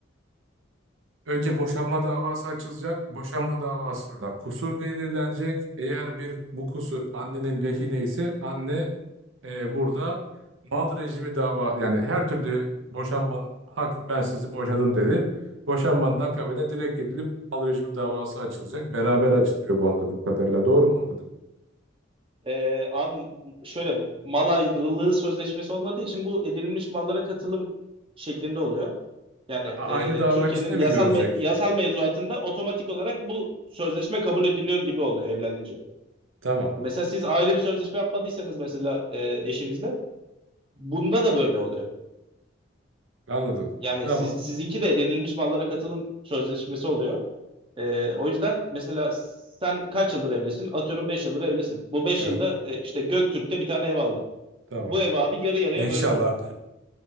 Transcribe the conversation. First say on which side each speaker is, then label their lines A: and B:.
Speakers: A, on the right; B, on the right.
A: Önce boşanma davası açılacak. Boşanma davasında kusur belirlenecek. Eğer bir bu kusur annenin lehine ise anne e, burada mal rejimi dava yani her türlü boşanmanın hakim ben sizi boşadım dedi. Boşanmanın akabine direkt gidilip mal rejimi davası açılacak. Beraber açılıyor bu anladığım kadarıyla. Doğru mu anladım?
B: Ee, abi şöyle mal ayrılığı sözleşmesi olmadığı için bu edinilmiş mallara katılım şeklinde oluyor. Yani
A: A-
B: e,
A: aynı dava
B: Türkiye'nin
A: içinde
B: yasal
A: mi görülecek?
B: me- yasal mevzuatında otomatik olarak bu sözleşme kabul ediliyor gibi oluyor evlenince.
A: Tamam.
B: Mesela siz ayrı bir sözleşme yapmadıysanız mesela e, eşinizle bunda da böyle oluyor.
A: Anladım.
B: Yani
A: Tamam.
B: siz, sizinki de edinilmiş mallara katılım sözleşmesi oluyor. Ee, o yüzden mesela sen kaç yıldır evlisin? Atıyorum 5 yıldır evlisin. Bu beş
A: Evet.
B: yılda e, işte Göktürk'te bir tane ev aldın.
A: Tamam.
B: Bu ev abi yarı yarıya
A: İnşallah.
B: bölünür.